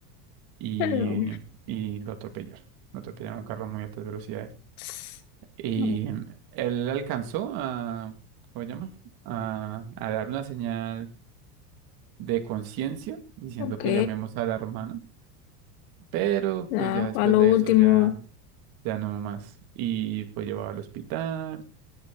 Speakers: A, on the right; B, on the left.
A: y,
B: Pero,
A: y lo atropellaron, lo atropellaron un carro a muy altas velocidades.
B: ps,
A: Y
B: no,
A: él alcanzó a, ¿cómo se llama? A, a dar una señal de conciencia diciendo
B: ok,
A: que llamemos a la hermana, pero
B: ya,
A: pues ya después
B: a lo
A: de
B: último,
A: eso ya, ya no más. Y fue llevado al hospital